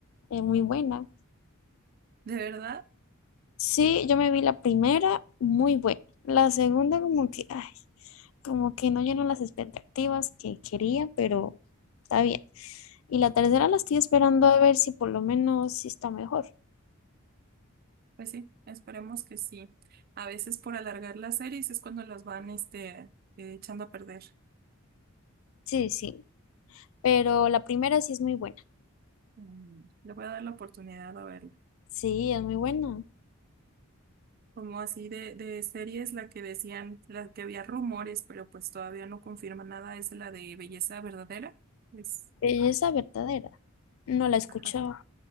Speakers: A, on the left; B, on the right.
A: es muy buena.
B: ¿De verdad?
A: Sí, yo me vi la primera, muy buena. La segunda como que, ay, como que no llenó las expectativas que quería, pero está bien. Y la tercera la estoy esperando a ver si por lo menos sí está mejor.
B: Pues sí, esperemos que sí. A veces por alargar las series es cuando las van este, eh, echando a perder.
A: Sí, sí, pero la primera sí es muy buena.
B: Mm, Le voy a dar la oportunidad a verla.
A: Sí, es muy buena.
B: Como así de, de series, la que decían, la que había rumores, pero pues todavía no confirma nada, es la de Belleza Verdadera. Es,
A: Belleza verdadera. No la he escuchado.
B: ajá.